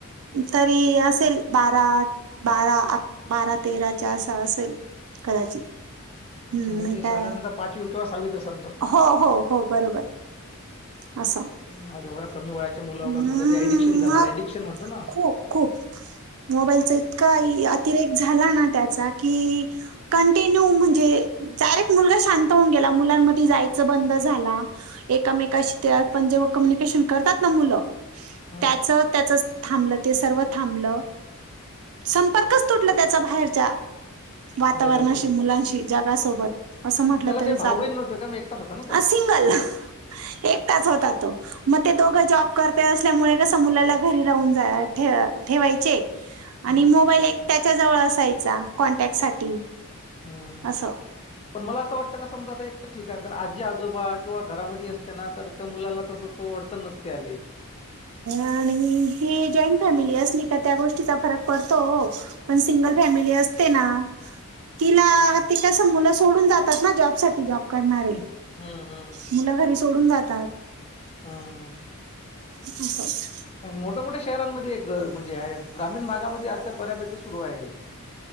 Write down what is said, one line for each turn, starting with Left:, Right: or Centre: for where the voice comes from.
Right: तरी असेल बारा, बारा, बारा, तेराच्या अस असेल. कदाचित,
Left: अच्छा
Right: हम्म
Left: म्हणजे
Right: मी
Left: साधारणतः
Right: काय
Left: पाचवी. किंवा सहावीत असेल तो.
Right: हो, हो, हो बरोबर. असं, अ
Left: आज एवढ्या कमी वयाच्या मुलाला समजा ते ऍडिक्शन झालं
Right: मग
Left: ऍडिक्शन म्हणतो ना
Right: खूप खूप. मोबाईल चा इतका अतिरेक झाला ना त्याचा की कंटिन्य म्हणजे डायरेक्ट मुलगा शांत होऊन, केला मुलांमध्ये जायच बंद झाला एकामेकाशी ते पण जेव्हा कम्युनिकेशन करतात ना मुल,
Left: हम्म
Right: त्याच त्याच थांबल ते सर्व थांबल संपर्कच तुटला त्याचा बाहेरच्या, वातावरणाशी
Left: जगासोबत
Right: मुलांशी जगासोबत असं म्हटलं
Left: त्याला काही
Right: तरी चालेल.
Left: भाऊ बहीण नव्हते का मग एकटाच होता ना तो
Right: सिंगल एकटाच होता तो. मग ते दोघ जॉब करते असल्यामुळे कस मुलाला घरी राहून जा ठेवायचे.
Left: हम्म
Right: आणि मोबाईल एक त्याच्या जवळ असायचा कॉन्टॅक्ट साठी.
Left: हम्म
Right: असं
Left: पण मला अस वाटत कास समजा आता एक तर ठीक आहे. तर आजी आजोबा किंवा घरामध्ये असते ना तर त्या मुलाला तस तो अडचण नसते आली.
Right: आणि हे जॉईंट फॅमिली असली का, त्या गोष्टीचा फरक पडतो हो पण, सिंगल फॅमिली असते ना, तिला, ते कसं मुलं सोडून जातात ना जॉब साठी जॉब करणारे,
Left: हम् हम्
Right: मुलं घरी सोडून जातात.
Left: हम्
Right: <unintelligible>
Left: मोठ्या मोठ्या शहरांमध्ये एक म्हणजे ग्रामीण भागामध्ये आता बऱ्यापैकी सुरू आहे.